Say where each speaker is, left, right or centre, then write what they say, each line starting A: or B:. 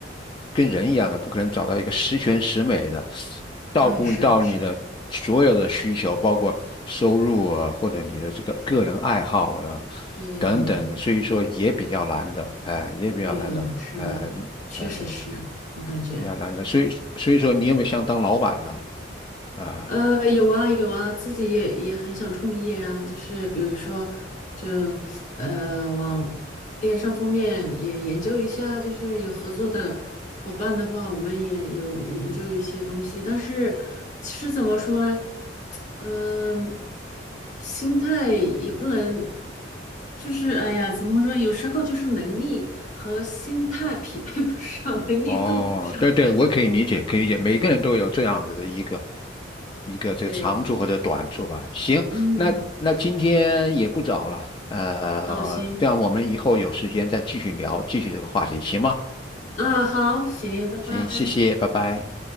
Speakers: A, on the left; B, on the left.
A: 跟人一样的，不可能找到一个十全十美的，照顾到你的所有的需求，
B: 哎，是的，是的，
A: 包括收入啊，或者你的这个个人爱好了、
B: 对
A: 等等所以说也比较难的，哎、也比较难的，
B: 对，是的，
A: 呃呃，
B: 确实是我感觉。
A: 比较难的，所以所以说你有没有想当老板呢？啊、
B: 呃，有啊有啊，自己也也很想创业啊，就是比如说，就呃往电商方面也研究一下，就是有合作的伙伴的话，我们也有研究一些东西。但是其实怎么说呢，嗯、心态也不能，就是哎呀，怎么说？有时候就是能力和心态匹配不上，<laughs> 能力够不上，
A: 哦，对对，我可以理解，
B: 是吧？
A: 可以理解，每个人都有这样子的一个一个这个长处或者短处吧。
B: 对，
A: 行，
B: 嗯，
A: 那那今天也不早了，呃，
B: 好，行。
A: 这样我们以后有时间再继续聊，继续这个话题，行吗？
B: 啊，好，行，拜拜。
A: 行，谢谢，拜拜。